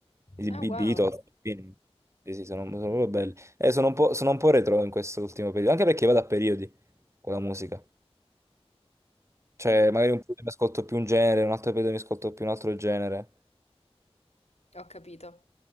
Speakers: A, on the right (about 25°); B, on the left (about 85°).
A: i
B: Ah,
A: Be-
B: wow.
A: Beatles, quindi- sì, sì, sono, sono proprio belli. E sono un po', sono un po' retro in questo ultimo periodo, anche perché vado a periodi con la musica. Cioè,
B: Mm,
A: magari un periodo mi ascolto più un genere, un altro periodo mi ascolto più un altro genere.
B: ho capito.